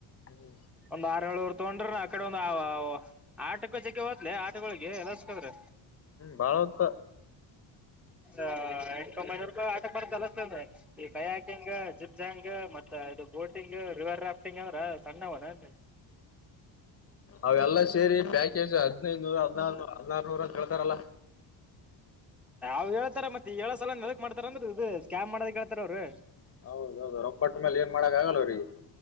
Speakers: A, on the left; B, in the centre.
A: ಹ್ಮ
B: ಒಂದ್ ಆರಏಳನೂರ್ ತಗೊಂಡ್ರ ಆ ಕಡೆ ಒಂದು ಆ ಆಟಕ್ಕ ಜಕ್ಕೆ ಹೋದ್ಲೆ ಆಟಗಳೊಳಗೆ ಎಲ್ಲದಕದ್ರ
A: ಬಾಳ ಹೋತ
B: ಅ ಎ ಇನಕಂಬನ ಆಟಕ ಲ್ಲಂದ್ರ <unintelligible> ಈ ಬಯಾಕಿಂಗ್ ಜುರ್ಜಾಂಗ್ ಮತ್ತ ಇದು ಬೋಟಿಂಗ್ ರಿವರ್ ರಾಫ್ಟಿಂಗ್ ಅಂದ್ರ ಸಣ್ಣ ಹಣರಿ
A: ಅವೆಲ್ಲಾ ಸೇರಿ ಪ್ಯಾಕೇಜ್ ಹದಿನೈದು ನೂರ ಹದಿನಾರುನ ಹದ್ನಾರ ನೂರ ಅಂತೇಳ್ತಾರಲ್ಲಾ
B: ಯಾವ್ ಹೇಳ್ತಾರ ಮತ್ತ ಹೇಳೊನೋ ಸಲ ಅ ಎದಕ್ ಮಾಡ್ತಾರ ಅಂದ್ರ ಇದು ಸ್ಕ್ಯಾಮ್ ಮಾಡದಕ್ ಹೇಳ್ತಾರ ಅವ್ರು
A: ಹೌದೌದು ರೊಕ್ಕ ಕೊಟ್ಟ ಮೇಲೆ ಏನ್ ಮಾಡಕ್ಕ ಆಗಲ್ಲ ಅವರಿಗೆ